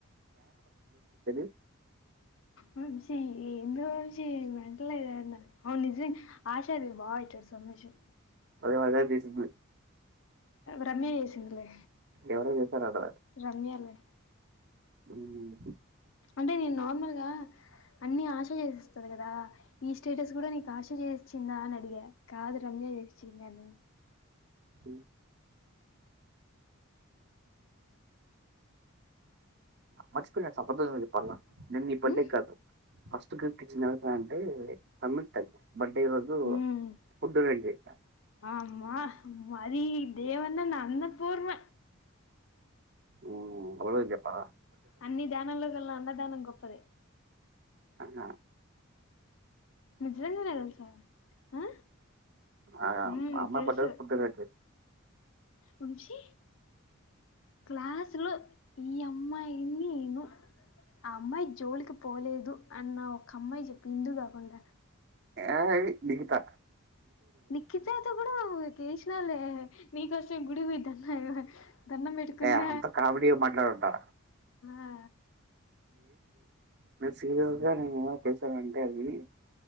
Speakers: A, on the right (about 50°); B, on the left (about 65°).
A: <unintelligible>
B: వంశి ఏందో ఎం మటలు ఇదన్న అవును నిజం ఆశా అది బాగా సమో ష
A: అదే <unintelligible> సింది
B: రమ్య చేసిందలే
A: ఎవరో చేశారు అడ
B: రమ్యాలే
A: అ
B: అంటే నేను నార్మల్గా అన్ని ఆశ చేసి వ కదా ఈ స్టేటస్ కూడా నీకు ఆశదె వచ్చిందా అని అడిగా కాదు రమ్య చేసిచింది అని
A: హ మర్చిపోయిన సప్పదేం చెప్పాలా నం ఇ పడే
B: ఉమ్
A: కాదు ఫస్ట్ క చిన్నతాంటే సమ్తక్ బడ్డే రోజు
B: ఉమ్
A: ఫుడ్ డొనేట్ చేశా
B: అమ్మా మరి దేవన్న నా అన్న పోర్మ
A: ఉ అళు ఇద్యప్పా
B: అన్ని దానంలో కల్లా అన్నదానం గొప్పదే
A: ఆహా
B: నిజంగా నెయిల్స్ ఆ
A: ఆ
B: ఉమ్
A: అమ్మా
B: తెలుసు
A: బడ్డే ఫుడ్ డొనేట్
B: ఉంచి క్లాసులో ఈ అమ్మాయిని నేను ఆ అమ్మాయి జోలికి పోలేదు అన్న ఒక అమ్మాయి చెప్పి ఇందు కాకుండా
A: ఏ ఏ నికితా
B: నిఖిత కూడాడువు చేసినలే నీకోసం గుడి కి పోయి దండం హా దండం పెట్టుకున్న
A: ఏ అంత కామెడీ మాట్లాడుంటా
B: ఆ
A: మీరు సీరియస్ గా నేను ఏదో చేసాను అంటే అది